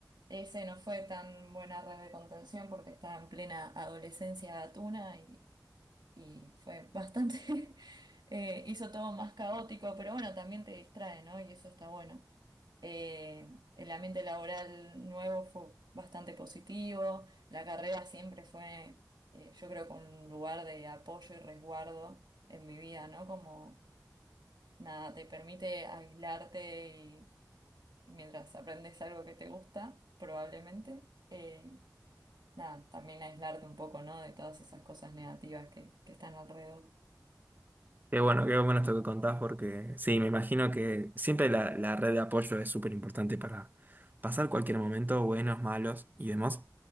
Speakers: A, on the right; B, on the right.
A: Ese no fue tan buena red de contención porque estaba en plena adolescencia gatuna y, y fue bastante, <laughs> eh, hizo todo más caótico, pero bueno, también te distrae, ¿no? Y eso está bueno. Eh, el ambiente laboral nuevo fue bastante positivo. La carrera siempre fue, eh, yo creo que un lugar de apoyo y resguardo en mi vida, ¿no? Como nada, te permite aislarte y, y mientras aprendes algo que te gusta, probablemente, eh, nada, también aislarte un poco, ¿no? De todas esas cosas negativas que, que están alrededor.
B: Qué bueno, qué bueno esto que contás, porque sí, me imagino que siempre la, la red de apoyo es súper importante para pasar cualquier momento, buenos, malos y demás.